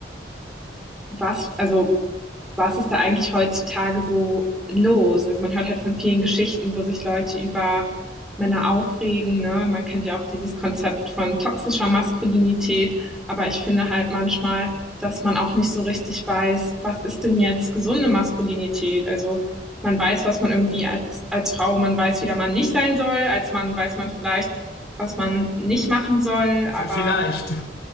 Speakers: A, in the centre; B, on the left.
A: was, also was ist da eigentlich heutzutage so los? Also man hört halt von vielen Geschichten, wo sich Leute über Männer aufregen. Ne? Man kennt ja auch dieses Konzept von toxischer Maskulinität. Aber ich finde halt manchmal, dass man auch nicht so richtig weiß, was ist denn jetzt gesunde Maskulinität? Also man weiß, was man irgendwie als, als Frau, man weiß, wie der Mann nicht sein soll. Als Mann weiß man vielleicht, was man nicht machen soll.
B: V-
A: Aber
B: Vielleicht. <laughs>